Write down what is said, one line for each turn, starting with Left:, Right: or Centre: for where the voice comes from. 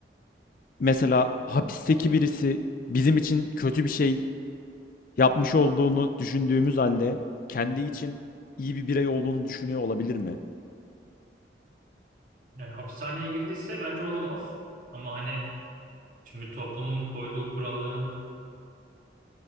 Left: mesela hapisteki birisi bizim için kötü bir şey yapmış olduğunu düşündüğümüz halde kendi için iyi bir birey olduğunu düşünüyor olabilir mi?
Right: Yani hapishaneye girdiyse bence olamaz. Ama hani çünkü toplumun koyduğu kuralların